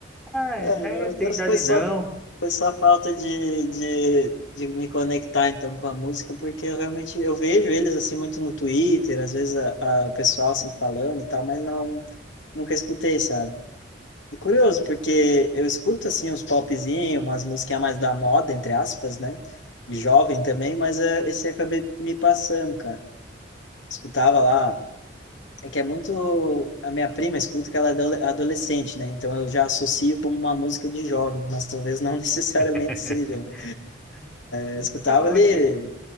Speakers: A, in the centre; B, on the left.
A: Ah, é,
B: É,
A: né?
B: eu-
A: Eu tenho idade
B: foi só,
A: não.
B: foi só falta de, de, de me conectar então com a música, porque eu realmente eu vejo eles assim muito no Twitter, às vezes a, a- o pessoal assim falando e tal, mas não, nunca escutei, sabe? E curioso, porque eu escuto assim uns popzinhos, umas musiquinhas mais da moda, entre aspas, né? Jovem também, mas eh, esse acabei me passando, cara. Escutava lá. É que é muito. A minha prima escuta que ela é adole- adolescente, né? Então eu já associo como uma música de jovem, mas talvez não <laughs> necessariamente
A: <laughs>
B: seja. né? Eu escutava
A: Ah, Oxe,
B: ali